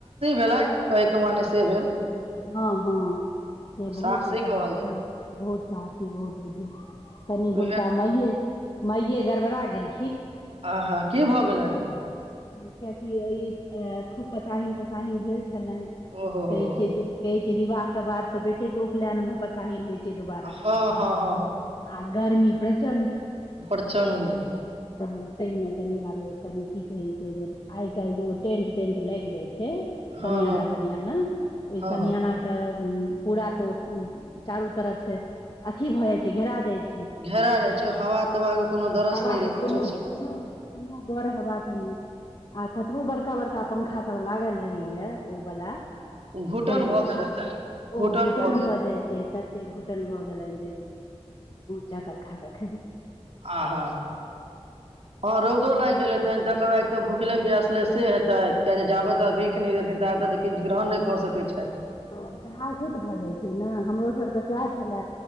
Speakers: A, on the right; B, on the left.
A: भेलथि कहैके मनेे से भेल
B: हँ हँ से बहुत
A: साहसी
B: अच्छाच्छा
A: कहल जाय
B: बहुत साफी बहुत कनि
A: उएह
B: हुनका मइए मइए गड़बड़ा भेलेल
A: आ हँ की भऽ गेलनि
B: कियाकि ई अ खूब पसाहिन तसाहिन भेल छै छललन
A: ओहो हो
B: कहई छै छै विवाह के बाद तऽ बेटे के उपनयन मे पसाहिन होइ छै। दुबारा
A: हँ हँ हँ हँ
B: आ गर्मी। प्रचण्ड।
A: प्रचण्ड
B: हँ तहि मजा न य। कनी की कहे छै जे आइ काल्हि जे ओ टेंट तेंट लगि जाय छै सममियाना
A: हँ हँ
B: तमियाना ओहि
A: हँ
B: चमियानाके
A: हँ
B: पूरा तऽ ओ चारू तरफ से अथी भऽ जाय छै घेरा जाय छै।
A: घेरा जाइ छै हवा तवाके कोनो दरस
B: हा
A: नहि
B: कोनो
A: रहै छै ओहिसँ
B: कोनो कोनो गर हवा के नहि। आ कतबो बड़का बड़का पंखा सभ लागल रहैय ओ वला।
A: घुटन
B: टेंट
A: भऽ
B: वालला
A: गेल हेतनि
B: ओ घुटन
A: गेल
B: भऽ
A: हेतनि
B: जाइ छै ततेक घुटन भए गेल जे। चकर खााक खे।
A: आ ह हँ रौदो लागि गेल ह त त। तकर बाद एक तऽ भुखले पियासले से हेतै। क जाब त अभीख नहि रहथिन। ततऽ एतऽ त किछु ग्रहण नहि कऽ सकैत छथि।
B: ह सएह सुत भऽ जाइत छै ने हमरोसभके सएह छलए।